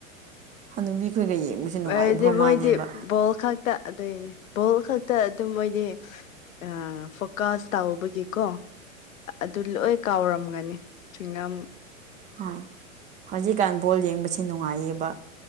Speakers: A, on the right; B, on the left.
A: ꯍꯅꯨꯕꯤꯈꯣꯏꯒ ꯌꯦꯡꯕꯁꯦ ꯅꯨꯡꯉꯥꯏꯕ
B: ꯑꯣꯢꯔꯗꯤ ꯃꯣꯏꯗꯤ
A: ꯃꯥꯅꯦꯕ
B: ꯕꯣꯜ ꯈꯛ ꯇ ꯑꯗꯨꯏꯅꯤ ꯕꯣꯜ ꯈꯛꯇ ꯑꯗꯨꯝ ꯃꯣꯏꯗꯤ ꯑꯥ ꯐꯨꯠ ꯀꯥꯁ ꯇꯧꯕꯒꯤꯀꯣ ꯑꯗꯨ ꯂꯣꯏ ꯀꯥꯎꯔꯝꯒꯅꯤ ꯆ꯭ꯋꯤꯡꯒꯝ
A: ꯍꯣꯏ ꯍꯧꯖꯤꯛꯀꯥꯟ ꯕꯣꯜ ꯌꯦꯡꯕꯁꯤ ꯅꯨꯡꯉꯥꯏꯌꯦꯕ